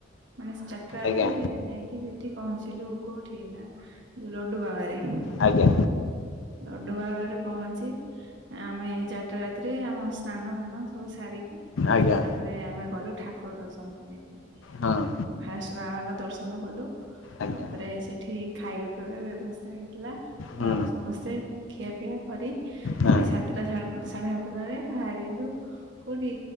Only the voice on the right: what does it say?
ମାନେ ଚାଟା ରାତିରେ
ଯାଇକି ସେଠି ପହଞ୍ଚିଲୁ କୋଉଠି ନା ଯୋଉ ଲଡୁ ବାବାରେ।
ଲଡୁ ବାବାରେ ପହଞ୍ଚି ଆମେ ଚାରିଟା ରାତି ରେ ଆମ ସ୍ନାନ ଭାନ ସବୁ ସାରିକି
ତାପରେ ଆମେ ଗଲୁ ଠାକୁର ଦର୍ଶନ କରିବା ପାଇଁ
ଫାଷ୍ଟ ବାବାଙ୍କ ଦର୍ଶନ କଲୁ
ତାପରେ ସେଠି ଖାଇବା ପିଇବା ବ୍ୟବସ୍ଥା ହେଇଥିଲା ତ
ଆମେ ସମସ୍ତେ ଖିଆପିଆ କରି
ପୁଣି ସାତଟା ସାଢେ ସାତଟରେ ବାହାରି ହେଲୁ କୋଉଠି